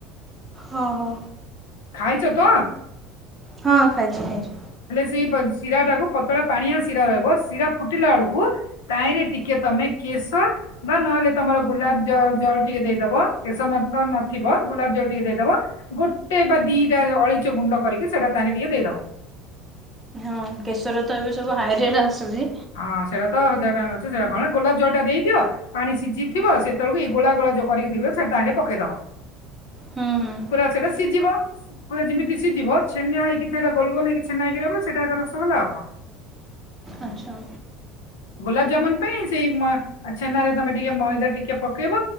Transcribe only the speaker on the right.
ହଁ ହଁ
ହଁ। ଖାଇଚି ଖାଇଚି।
ହଁ କେଶର ତ ଏବେ ସବୁ ହାଇ ରେଟ୍। ଆସୁଛି
ହୁଁ ହୁଁ
ଆଚ୍ଛା